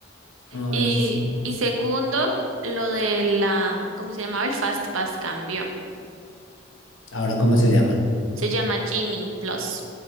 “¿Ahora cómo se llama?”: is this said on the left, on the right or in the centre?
Left